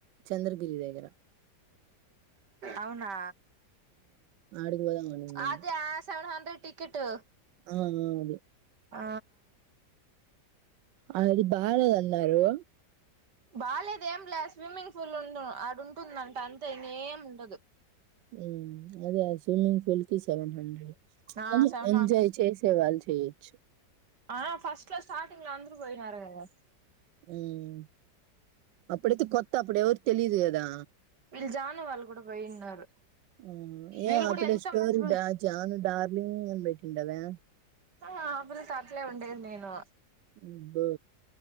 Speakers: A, on the right; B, on the right.
A: చంద్రగిరి దగ్గర.
B: అవునా
A: ఆడి <unintelligible>
B: అదే సెవెన్ హండ్రెడ్ టికెట్టు
A: ఆ అదే
B: ఆ
A: అ అది బాలేద్ అన్నారు.
B: బాగాలేదు ఏం లేదు స్విమ్మింగ్ పూల్ ఉన్ను అడ ఉంటుందింట అంతే ఇంగ ఏం ఉండదు.
A: ఉమ్ అదే అ స్విమ్మింగ్ పూల్ తీ సెవెన్ హండ్రెడ్,
B: ఆ
A: కానీ
B: సెవెన్
A: ఎంజాయ్
B: హండ్రెడ్
A: చేసేవాల్ చే చు
B: ఆ ఫస్ట్లో స్టార్టింగ్ లాండ్ నువ్ పోయినారు కథ
A: ఉమ్ అప్పుడతే కొత్తా అప్పుడవరు తెలీదు కదా
B: వీళ్ళు జాను వాళ్ళు కూడా పోయిన్నారు.
A: హ్మ్
B: వీళ్ళు
A: ఏం
B: కూడా
A: అప్పుడే
B: ఎంత
A: స్టోరీ
B: మంది
A: డా <unintelligible>
B: ఆ అప్పుడు అయితే అట్లలే ఉండేది నేను
A: అబ్బో